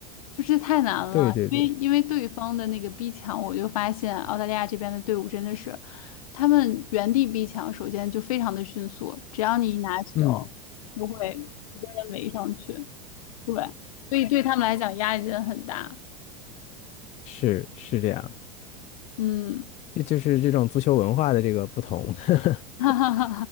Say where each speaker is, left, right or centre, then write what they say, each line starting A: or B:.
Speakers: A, on the left (about 70°); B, on the left (about 35°).
A: 就是太难了。
B: 对对对，
A: 因为因为对方的那个逼抢，我就发现澳大利亚这边的队伍真的是，他们原地逼抢，首先就非常的迅速，只要你一拿球，
B: 嗯，
A: 就会直接人围上去。对，所以对他们来讲压力真的很大。
B: 是是这样，
A: 嗯，
B: 这就是这种足球文化的这个不同。<laughs>
A: <laughs> 哈哈哈